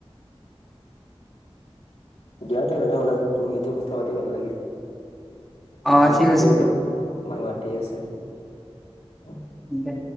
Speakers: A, on the left (about 80°); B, in the centre.
A: দিয়া তেনে নহ'লে তুমি এতিয়া কথা পাতি ভাল লাগিল।
B: অ',
A: ময়ো
B: ঠিক
A: শুই
B: আছে দিয়া,
A: লও, মায়ে মাতি আছে। অ
B: ও দে,